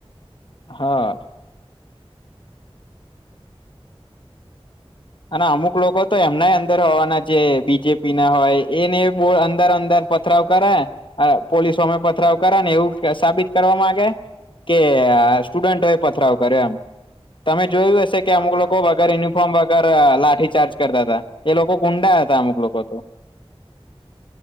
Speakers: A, on the left; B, on the right.
A: હા અને અમુક લોકો તો એમનાય અંદર હોવાના જે બીજેપી ના હોય એને બહુ અંદર અંદર પત પથરાવ કરે અ પોલીસ સામે પથરાવ કર ને એવું સાબિત કરવા માંગે. કે સ્ટુડન્ટઓ એ પથરાવ
B: હા
A: કર્યો એમ. તમે જોયું હશ છે કે
B: હા
A: અમુક
B: બરોબર
A: લોકો વગર યુનિફોર્મ વગર લાઠી ચાર્જ કરતા હતા. એ લોકો ગુંડા હતા અમુક લોકો તો.